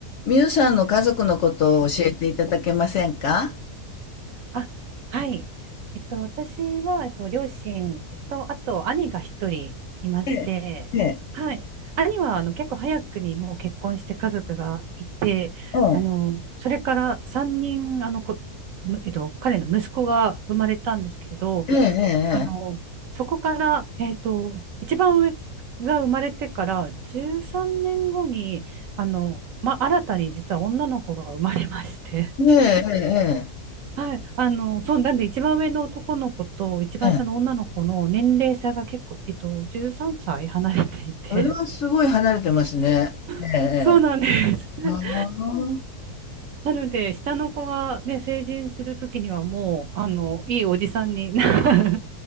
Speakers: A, on the left (about 65°); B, on the right (about 65°).
A: みゆさんの家族のことを教えていただけませんか
B: あ、はい。えっと、私は、えっと、両親、えっと、あと、兄が一人いまして、
A: ええ、ええ、
B: はい。兄は、あの、結構早くにもう結婚して家族がいて、
A: ええ、
B: あの、それから3人、あの、こ、むえっと、彼の息子が生まれたんですけど、
A: ええ、
B: あの、そこから、えっと、一番上が生まれてから13年後に、あの、ま、新たに実は女の子が生まれまして、
A: ええ、ええ、え
B: はい、あの、そう、なんで一番上の男の子と一番下の女の子の年齢差が結構、
A: え、ええ
B: えっと、13歳離れていて、
A: それはすごい離れてますね。
B: <laughs>
A: ええ、ええ。
B: そうなんです。<laughs>
A: ああ、
B: なので、下の子がね、成人するときにはもう、あの、いいおじさんに、<laughs>